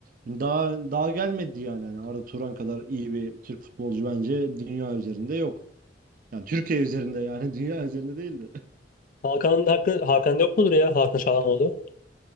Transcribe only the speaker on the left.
Hakan'ın hakkı Hakan yok mudur ya? Hakan Çalhanoğlu.